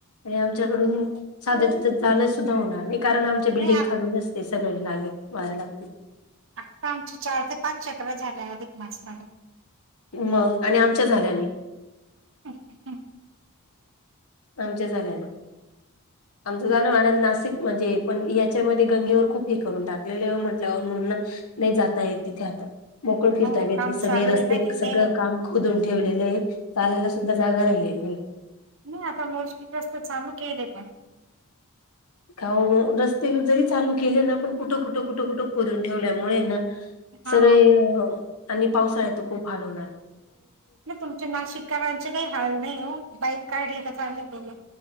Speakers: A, on the left (about 80°); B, on the right (about 60°).
A: आणि आमच्याकडून साध्य जाण सुद्धां होणारं नाहीं. कारणं आमच्या बिल्डिंग
B: नाही
A: खालून न असतें सगळें लागे वारे लागते.
B: आता आमच्या चार ते पाच चक्ररा झाल्या अधिक मास मध्ये.
A: मंग आणि आमच्या झाल्यानें.
B: मध्ये
A: आमच्या झाल्यानें. आमचं जाण म्हणार नाशिक मध्ये पण, यांच्यामध्ये गंगेवर खूप हे करून टाकले म्हंटल्यावर म्हणून नाहीं जाता येत तिथे आता. मोकळं फिरता
B: हो
A: बि येत
B: काम
A: नाही ते सगळें
B: चालू
A: रस्ते
B: आहे ना तिथे
A: सगळं काम खोदून ठेवलेलं आहे चाला सु द्धां जागा राहिलेली नाहीं.
B: नाहीं आता मोस्पिटस्त चांलू केलें पणं.
A: काव मंग रस्ते जरी चालू केले ना पण कुठं कुठं कुठं कुठं खोदून ठेवल्यामुळे ना
B: हा
A: सगळें अ आणि पावसाळ्यातर खूप हाल होणार आहे.
B: नाही तुमचे नाशिककरांचे काही हाल नाही हो बाईक काढले की चाले घेऊन.